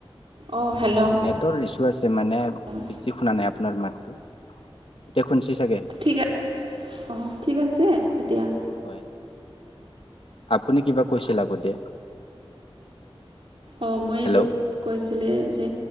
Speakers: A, on the right; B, on the left.
A: অ হেল্ল'?
B: তৰ ইছ্যু আছে মানে
A: অঁ
B: বেছি শুনা নাই আপোনাৰ মাতটো, এতিয়া শুনচি চাগে?
A: ঠিকে, অ ঠিক আছে এতিয়া?
B: হয়, আপুনি কিবা কৈছিল আগতে?
A: অ মই
B: হেল্ল'
A: এইটোক কৈছিলে যে